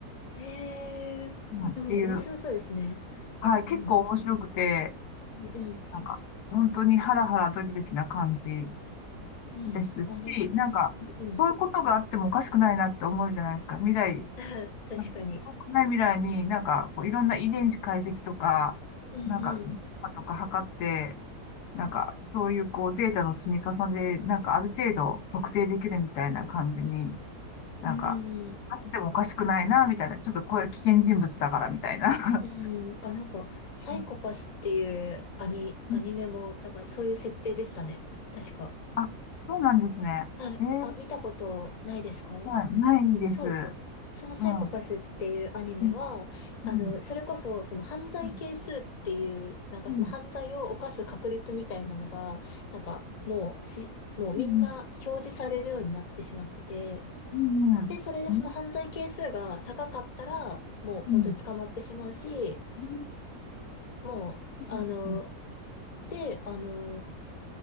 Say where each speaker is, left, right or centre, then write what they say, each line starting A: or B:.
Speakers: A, on the left (about 60°); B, on the left (about 85°).
A: へえ、なるほど。
B: うんっていう、
A: 面白そうですね。
B: はい、
A: うんうん。
B: 結構面白くて、
A: うんうん。
B: なんか、本当にハラハラドキドキな感じ
A: うん。
B: ですし、
A: あな
B: なんか、
A: うんうん。
B: そういうことがあってもおかしくないなって思うじゃないですか。未来、
A: あ確かに。
B: なんか、遠くない未来になんか、こういろんな遺伝子解析とか、
A: うんうん。
B: なんか、とか測って、なんか、そういうこうデータの積み重ねで、なんかある程度特定できるみたいな感じに、なんか、
A: うん
B: あってもおかしくないな、みたいな。ちょっとこれ危険人物だから、みたいな。
A: うん。あ、なんか、サイコパスっていうアニ、
B: <laughs>
A: アニメも、
B: うん
A: なんかそういう設定でしたね。確か。
B: あ、そうなんですね。
A: はい。
B: えー、
A: あ、見たことないですか
B: はい、ないです。
A: そう、
B: う
A: そのサイコパスっていうアニメは、
B: ん。うん、
A: あの、
B: うん、
A: それこそ、その犯罪係数っていう、
B: うん、
A: なんかその犯罪を犯す確率みたいなのが、
B: うん、
A: なんかもうし、もうみんな表示されるようになってしまってて、
B: うん、うん、うん、
A: で、それでその犯罪係数が高かったら、
B: うん、
A: もう本当に捕まってしまうし、
B: うん、う
A: もう、あの、
B: ん、ですね。
A: で、あの、